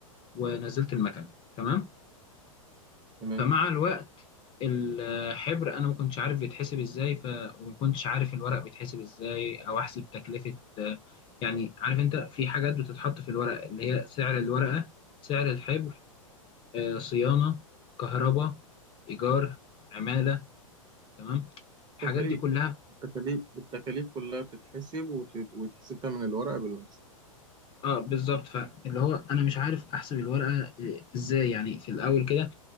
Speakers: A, on the left; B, on the right.
A: ونزلت المكنه تمام
B: تمام
A: فمع الوقت الحبر انا ما كنتش عارف بيتحسب ازاي ف وما كنتش عارف الورق بيتحسب ازاي او احسب تكلفه آه، يعني عارف انت في حاجات بتتحط في الورق اللي هي سعر الورقه سعر الحبر آه صيانه كهرباء ايجار عماله تمام الحاجات
B: التكاليف
A: دي كلها
B: التكاليف التكاليف كلها بتتحسب وتت- ويتحسب ثمن الورقة بالمكسب
A: اه بالظبط فاللي هو انا مش عارف احسب الورقه إيه، ازاي يعني في الاول كده